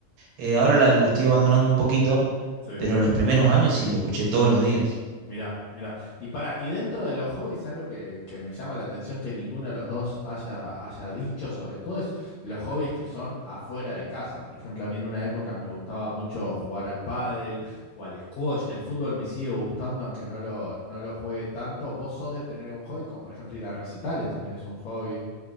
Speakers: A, on the right; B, on the left.
A: Eh, ahora la, la estoy abandonando un poquito,
B: Sí.
A: pero los primeros años sí lo escuché todos los días.
B: Mirá, mirá. Y para, y dentro de los hobbies, algo que, que me llama la atención que ninguno de los dos haya, haya dicho, sobre todo, es los hobbies que son afuera de casa. Por ejemplo, a mí en una época me gustaba mucho jugar al pádel o al squash. El fútbol me sigue gustando, aunque no lo, no lo juegue tanto. ¿Vos sos de tener un hobby? Como por ejemplo ir a recitales también es un hobby.